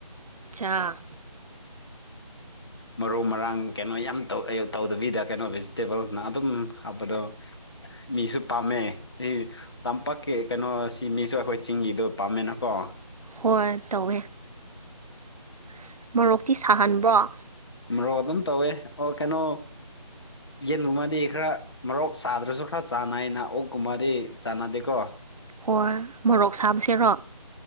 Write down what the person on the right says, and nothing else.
ꯑꯆꯁꯥ
ꯍꯣꯏ ꯇꯧꯋꯦ ꯑꯁ ꯃꯣꯔꯣꯛꯇꯤ ꯁꯥꯍꯟꯕꯔꯣ
ꯍꯣꯏ ꯃꯣꯔꯣꯛ ꯁꯥꯕꯁꯦꯔꯣ